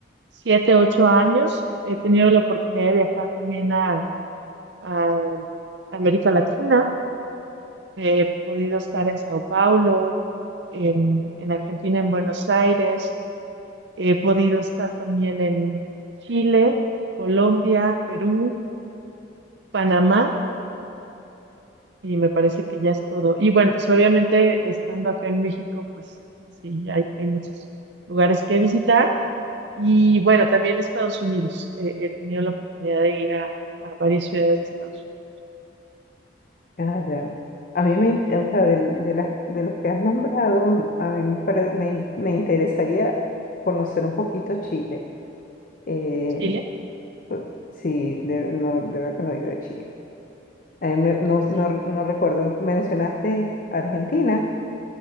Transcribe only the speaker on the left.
Ah, ya. A mí me, in- o sea, del- de, las, de los que has nombrado, m- a mí me, pare- me, in- me interesaría conocer un poquito Chile. Eh,
pu- sí, de, no, de verdad que no he ido a Chile. A mí me- no, no,
no recuerdo, mencionaste Argentina.